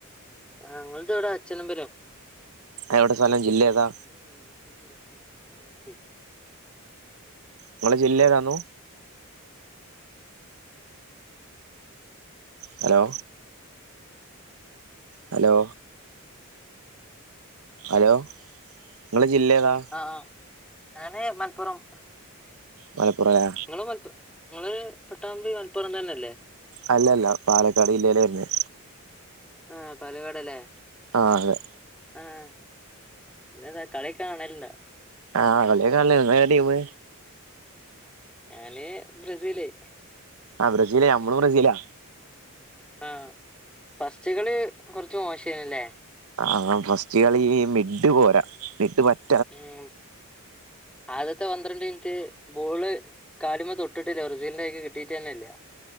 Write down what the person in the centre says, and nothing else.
ആ ഞങ്ങളത് ഇവിടെ അച്ഛനമ്പലം.
<unintelligible>
ആഹ് ഞാന് മലപ്പുറം.
ഇങ്ങള് മലപ്പുറ ഇങ്ങള് പട്ടാമ്പി മലപ്പുറം തന്നെ അല്ലേ?
ആഹ് പാലക്കാടല്ലേ?
ആഹ് പിന്നെന്താ കളിയൊക്കെ കാണലുണ്ടോ?
ഞാല് ബ്രസീല്.
ആഹ് പസ്റ്റു കളി കൊറച്ച് മോശേയ്ന്നുല്ലേ?
ഉം. ആദ്യത്തെ പന്ത്രണ്ട് മിനിറ്റ് ബോള് കാലിമ്മെ തൊട്ടിട്ടില്ല ബ്രസീലിന്റെ കൈക്ക് കിട്ടിയിട്ട്ന്നെല്ല.